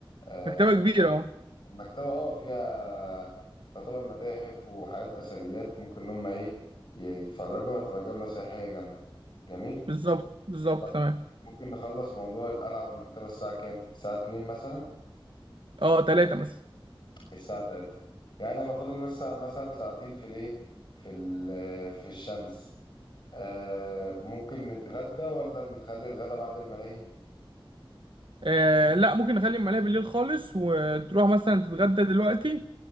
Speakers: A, on the left; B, on the right.
A: آه
B: مكتبه كبيره
A: المكتبة اه فيها يعتبر متاحف وحاجات أثريات ممكن إن هم ايه ي- يتفرجوا هتبقى جولة سياحية جامدة جميل؟
B: بالظبط بالظبط
A: طيب
B: تمام
A: ممكن نخلص موضوع القلعة والمكتبة الساعة كام؟ الساعة 2 مثلا
B: اه تلاتة مثلا
A: الساعة 3 يعني هيبقى فاضل لسه مثلا ساعتين في الايه في ال- في الشمس آه ممكن نتغدى ولا نخلي الغدا بعد الملاهي
B: آه لا ممكن نخلي الملاهي بالليل خالص وتروح مثلا تتغدى دلوقتي